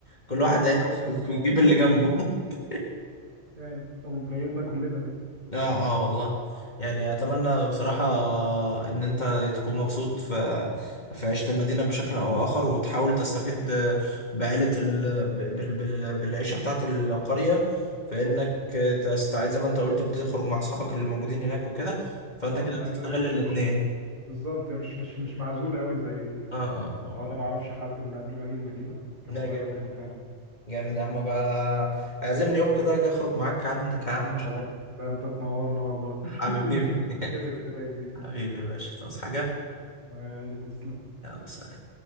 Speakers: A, on the left; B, on the right.
A: كل واحد
B: يا رب
A: عينه
B: وعدنا
A: في في
B: والله
A: جيب اللي جنبه <laughs>
B: يعني أمنيتنا كلنا دي
A: اه اه والله يعني اتمنى بصراحة ان انت تكون مبسوط في في عيشة المدينة بشكل او اخر وتحاول تستفيد بعيلة ال... بال... بال... بالعيشة بتاعت القرية فانك تستعيد زي ما انت قلت بتخرج مع اصحابك اللي موجودين هناك وكده فانت
B: اه
A: كده
B: يعني
A: بتستغل
B: انا مش
A: الاتنين
B: مش بالظبط مش مش مش معزول قوي زي ال...
A: اه اه اه
B: لو انا ما اعرفش حد من قبل ما اجي المدينة كان
A: لا
B: الموضوع
A: جامد
B: يبقى رخم فاهم
A: جامد يا عم بقى اعزمني يوم كده اجي اخرج معاك عندك يا عم
B: يا
A: مش
B: خبر ده انت تنورنا والله <laughs>
A: حبيبي
B: ده
A: <laughs>
B: كده كده يا كبير
A: حبيبي يا باشا تصحى حاجة
B: لا يا غالي تسلم
A: يلا سلام